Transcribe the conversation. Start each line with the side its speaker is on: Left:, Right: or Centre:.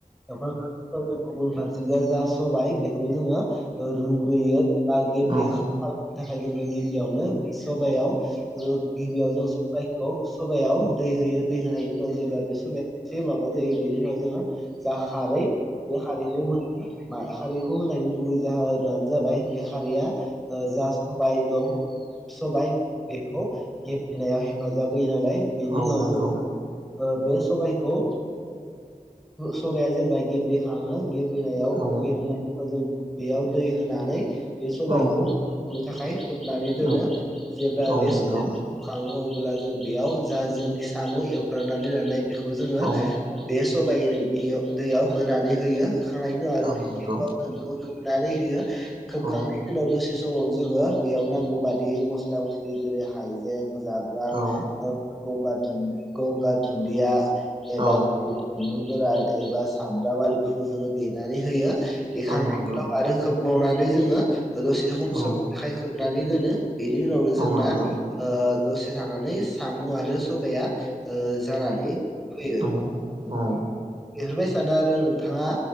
Centre: <unintelligible> गुबुन फारसेजाय जा सबाय बेखौ जोङो ओ रुग्रोयो आरो बे
Right: औ
Centre: बेखौ खा थाखाय जोङो गिबियावनो बि सबायाव ओ गिबियाव जों सबाइखौ सबायाव दै होयो दै होनायनि उनाव जेब्ला बे सबाया एसे माबा जायो बेनि उनाव जोङो जा खारै बे खारैखौ <unintelligible> खारैखौ होनायनि गुबै जाहोनानो जाबाय बे खारैया ओ जा सबाय दं सबाय बेखौ गेबेनायाव हेफाजाब होयो नालाय
Right: औ
Centre: बेनि
Right: औ
Centre: उनाव
Right: नंगौ
Centre: जों ओ बे सबाइखौ सबाया जेब्ला गेब्लेखाङो गेबेनायाव
Right: औ
Centre: गेबेनायनि उनाव जों बेयाव दै होनानै बे सबाइखौ
Right: औ
Centre: थाखाय खोबनानै दोनो
Right: औ
Centre: जेब्ला
Right: औ
Centre: बे
Right: नंगौ
Centre: सबाइखौ खाङो अ ब्ला जों बेयाव जा जोंनि साम' एवखांनानै लानाय बेखौ जोङो
Right: औ
Centre: बे स सबाइनि दैयाव होनानै होयो होखांनायनि उनाव आरो
Right: औ नंगौ
Centre: <inaudible> बेखौ खोबनानै होयो। खोबखांनायनि
Right: औ
Centre: उनावबो थि समाव जोङो बेयाव नांगौ बादि मस्ला मस्लि जेरै हाइजें जाब्राम
Right: औ
Centre: ओ गंगा दुन गंगा दुनदिया एबा
Right: औ
Centre: बानलु गोरान एबा सामब्राम आरिफोरखौ जोङो देनानै होयो देखांनाय
Right: औ नंगौ
Centre: उनाव आरो खोबबावनानै जोङो दसे सम
Right: औ
Centre: सम थाय खोबनानै दोनो। बेनि उनावनो
Right: औ
Centre: जोंना
Right: नंगौ औ
Centre: ओ दसे थानानै सामु आरो सबाइया ओ जानानै फैयो।
Right: औ
Centre: बेफोर बायसानो आरो नोंथाङा